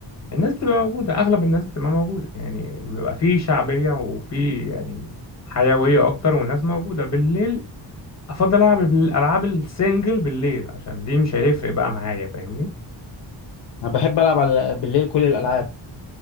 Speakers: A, on the left; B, on the left.
A: الناس بتبقى موجودة أغلب الناس بتبقى موجودة يعني بيبقى فيه شعبية وفيه يعني حيوية أكتر والناس موجودة بالليل أفضل ألعب الألعاب السنجل بالليل عشان دي مش هيفرق بقى معايا فاهمني
B: انا بحب العب على بالليل كل الالعاب